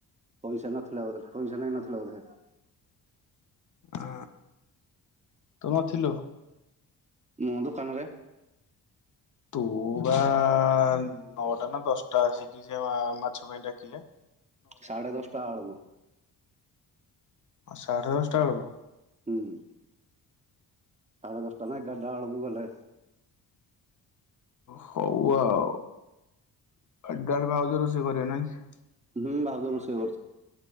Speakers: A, on the right (about 20°); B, on the left (about 50°).
A: ପଇସା ନଥିଲା ବୋଧେ ପଇସା ନେଇଁନଥିଲ ବୋଧେ।
B: ଆ ତୁ ଥିଲୁ
A: ମୁଁ ଦୋକାନରେ
B: ତୁ ବା ନଅଟା ନା ଦଶଟା ଆସିକି ସେ ମାଛ ପାଇଁ ଡାକିଲେ।
A: ସାଢ଼େ ଦଶଟା ଆଳ କୁ
B: ସାଢେଦଶଟା ବେଳକୁ
A: ହୁଁ। ସାଢେ ଦଶଟା ନାଁ ଏଗାରଟା ବେଳକୁ ଗଲେ
B: ହଉ ଆଉ ଏରାଗ ଟା ବେଳୁ ଭାଉଜ ରୋଷେଇ କରିବେ ନାଁ କି?
A: ହୁଁ ଭାଉଜ ରୋଷେଇ କରୁଛି